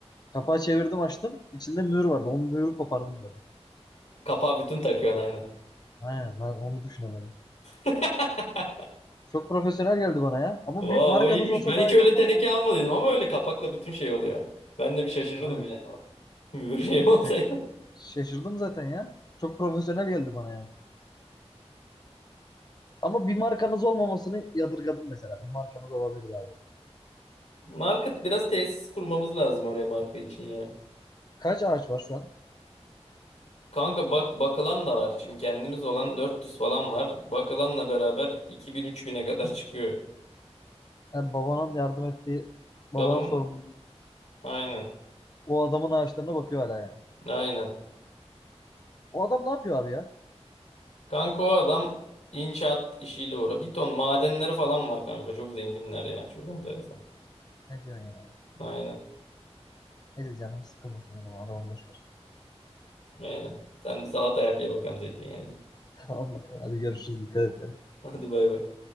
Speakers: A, on the left; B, on the left.
A: Kapağı çevirdim açtım. içinde mühür vardı. Onun mühürü kopardım böyle.
B: Kapağı bütün takıyorsun aynen.
A: Aynen ben onu düşünemedim.
B: <laughs>
A: Çok profesyonel geldi bana ya. Ama
B: Vay
A: büyük markanız
B: vay iyiymiş.
A: olsa
B: Ben
A: daha
B: hiç öyle
A: iyi olmaz
B: teneke
A: mı?
B: almadıydım ama öyle kapakla bütün şey oluyor. Ben de bir şaşırırdım
A: Aynen.
B: yani. <laughs> Bir şey olsaydı.
A: Şey- şaşırdım zaten ya. Çok profesyonel geldi bana yani. Ama bir markanız olmamasını yadırgadım mesela. Bir markanız olabilir abi.
B: Market biraz tesis kurmamız lazım oraya marka için ya.
A: Kaç ağaç var şu an?
B: Kanka bak bakılan da var. Şimdi kendimiz olan 400 falan var. Bakılanla beraber iki bin üç bine kadar çıkıyor.
A: Yani babanın yardım ettiği,
B: Babamın
A: babanın sorumluluğu.
B: aynen.
A: O adamın ağaçlarına bakıyor hala yani.
B: Aynen.
A: O adam ne yapıyor abi ya?
B: Kanka o adam inşaat işiyle uğra. Bir ton madenleri falan var kanka. Çok zenginler ya. Çok enteresan.
A: Ne diyorsun ya?
B: Aynen.
A: Neyse canım sıkılmasın o adamı boş ver.
B: Aynen. Sen bir salata yap ye bakalım zeytinyağını.
A: <laughs> Tamam bakalım hadi görüşürüz dikkat et. ya.
B: <laughs> Hadi bay bay.